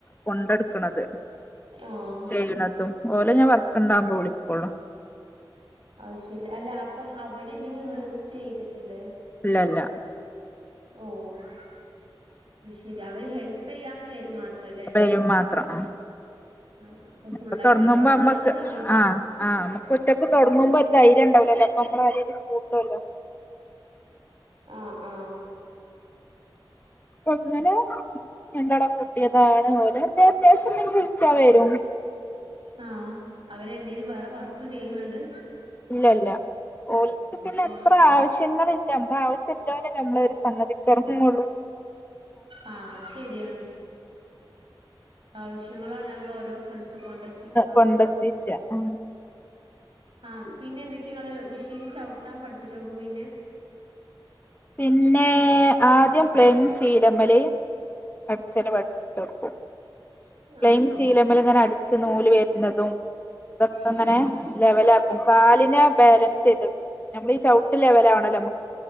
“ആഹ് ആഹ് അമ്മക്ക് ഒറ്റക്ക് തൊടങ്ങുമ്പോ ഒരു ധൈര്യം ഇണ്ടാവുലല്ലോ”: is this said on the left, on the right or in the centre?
Left